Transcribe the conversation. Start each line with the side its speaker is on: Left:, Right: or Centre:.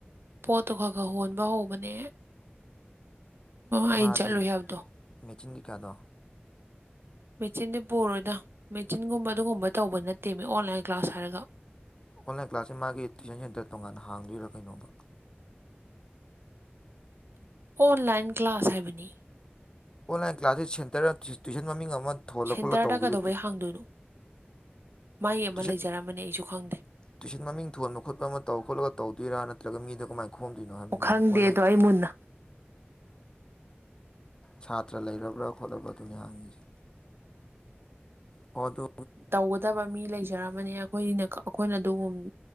Right: ꯄꯣꯠꯇꯨ ꯈꯔ ꯈꯔ ꯍꯣꯟꯕ ꯍꯧꯕꯅꯦ ꯑꯩꯅ
Left: ꯃꯥꯒꯤ
Right: ꯆꯠꯂꯨꯏ ꯍꯥꯏꯕꯗꯣ
Left: ꯃꯦꯆꯤꯡ ꯀꯩꯀꯥꯗꯣ
Right: ꯃꯦꯆꯤꯟꯗꯤ ꯄꯨꯔꯣꯏꯗ ꯃꯦꯆꯤꯟꯒꯨꯝꯕ ꯑꯗꯨꯒꯨꯝꯕ ꯇꯧꯕ ꯅꯠꯇꯦꯃꯤ ꯑꯣꯟꯂꯥꯏꯟ ꯀ꯭ꯂꯥꯁ ꯍꯥꯏꯔꯒ
Left: ꯑꯣꯟꯂꯥꯏꯟ ꯀ꯭ꯂꯥꯁꯁꯦ ꯃꯥꯒꯤ ꯇ꯭ꯋꯏꯁꯟ ꯁꯦꯟꯇꯔ ꯇꯣꯉꯥꯟꯅ ꯍꯥꯡꯗꯣꯏꯔꯥ ꯀꯩꯅꯣꯕ
Right: ꯑꯣꯟꯂꯥꯏꯟ ꯀ꯭ꯂꯥꯁ ꯍꯥꯏꯕꯅꯤ
Left: ꯑꯣꯟꯂꯥꯏꯟ ꯀ꯭ꯂꯥꯁꯦꯁ ꯁꯦꯟꯇꯔꯗ ꯇ꯭ꯋꯤꯁꯟ ꯃꯃꯤꯡ ꯑꯃ ꯊꯣꯜꯂ
Right: ꯁꯦꯟꯇꯔꯗ
Left: ꯈꯣꯠꯂ ꯇꯧꯕꯤꯗꯨ
Right: ꯀꯩꯗꯧꯕꯩ ꯍꯥꯡꯗꯣꯏꯅꯣ ꯃꯥꯏ ꯑꯃ
Left: ꯇꯨꯏꯁꯟ
Right: ꯂꯩꯖꯔꯝꯕꯅꯦ ꯑꯩꯁꯨ ꯈꯪꯗꯦ
Left: ꯇꯨꯏꯁꯟ ꯃꯃꯤꯡ ꯊꯣꯟꯕ ꯈꯣꯠꯄ ꯑꯃ ꯇꯧ ꯈꯣꯠꯂꯒ ꯇꯧꯗꯣꯏꯔꯥ ꯅ꯭ꯔ ꯃꯤꯗ ꯀꯃꯥꯏꯅ ꯈꯅꯣ ꯍꯥꯏ ꯅ
Right: ꯑꯣ ꯈꯪꯗꯦ
Left: ꯑꯣꯟꯂꯥꯏꯟ
Right: ꯑꯗꯣ ꯑꯩ ꯃꯨꯟꯅ
Left: ꯁꯥꯇ꯭ꯔ ꯂꯩꯔꯕ꯭ꯔꯥ ꯈꯣꯠꯂꯕ꯭ꯔꯥꯗꯨꯅꯦ ꯍꯥꯡꯉꯤꯁꯦ ꯍ ꯑꯗꯨ
Right: ꯇꯧꯒꯗꯕ ꯃꯤ ꯂꯩꯖꯔꯝꯕꯅꯦ ꯑꯩꯈꯣꯏꯅ ꯑꯩꯈꯣꯏꯅ ꯑꯗꯨꯒꯨꯝ